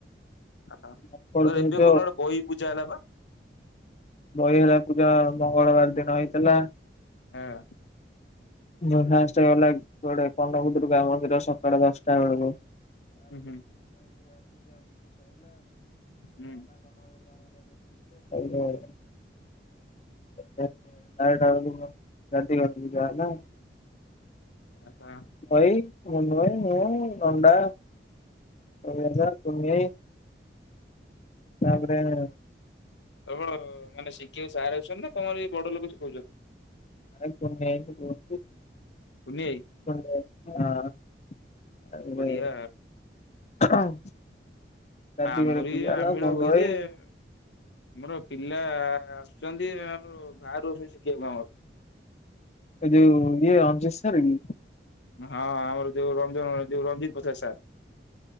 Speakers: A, on the left (about 85°); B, on the left (about 40°).
A: ଆଉ
B: ମକର ଧ୍ୱଜ
A: ଏବେ କୋଉଦିନ ଗୋଟେ ବହି ପୂଜା ହେଲା ବା।
B: ବହି ଏଇଖିଣା ପୂଜା ମଙ୍ଗଳବାର ଦିନ ହେଇଥିଲା।
A: ଆଁ।
B: ଯୋଉ ଫାଷ୍ଟ ଗଲା ଗୋଟେ <unintelligible> ସକାଳ ଦଶଟା ବେଳକୁ।
A: ହୁଁ ହୁଁ ହୁଁ।
B: <unintelligible> <unintelligible> ତାପରେ ବାରଟା ବେଳକୁ ଗାଦି ଘରକୁ ଯା ହେଲା।
A: ଆହା।
B: <unintelligible> <unintelligible>
A: ତମର ମାନେ ଶିଖେଇବାକୁ ସାର୍ ଆଉଛନ୍ତି ନା ତମର ଏଇ ବଡ ଲୋକ ସିଖଉଛନ୍ତି।
B: ନାଇଁ କୁନିଆ ଭାଇ ସିଖଉଛନ୍ତି।
A: କୁନିଆ ଭାଇ।
B: <unintelligible>
A: ଭାଇ ବଢିଆ
B: ରାତି
A: ଆମର
B: ଘରେ
A: ବି
B: ପୂଜା ହେଲା
A: ରାମ
B: ଗୁଣ୍ଡୁ
A: ଲିଳା ହୁଏ
B: ଭାଇ
A: ଯେ। ଆମର ପିଲା ଆସୁଛନ୍ତି ଆଉ ବାହାରୁ ସବୁ ଶିଖିବାକୁ ଆମର।
B: ଏ ଯୋଉ ଇଏ ରଣଜିତ୍ ସାରେ କି।
A: ହଁ ଆମର ଯୋଉ ରଞ୍ଜନ ଯୋଉ Ranjit Prasad sir.